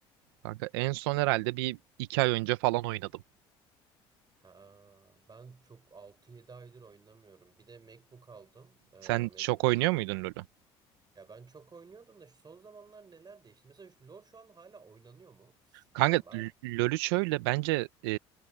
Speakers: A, on the right; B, on the right.
A: Kanka en son herhalde bir iki ay önce falan oynadım.
B: Ha, ben çok altı yedi aydır oynamıyorum. Bir de MacBook aldım. Ee,
A: Sen
B: MacBook.
A: çok oynuyor muydun LoL'ü?
B: Ya ben çok oynuyordum da şu son zamanlar neler değişti? Mesela şu LoL şu an hala oynanıyor mu?
A: Kanka
B: Yani ben...
A: LoL'ü şöyle bence e,